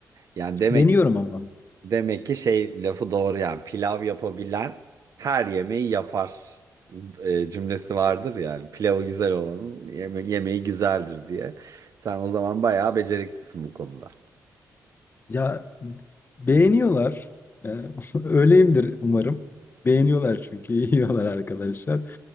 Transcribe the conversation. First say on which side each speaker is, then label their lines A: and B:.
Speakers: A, on the right; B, on the left.
A: Yani demek
B: Deniyorum ama.
A: demek ki şey lafı doğru yani pilav yapabilen her yemeği yapar e, cümlesi vardır yani. Pilavı güzel olanın yeme- yemeği güzeldir diye. Sen o zaman bayağı beceriklisin bu konuda.
B: Ya beğeniyorlar. Eee, <laughs> öyleyimdir umarım. Beğeniyorlar çünkü <laughs> yiyorlar arkadaşlar.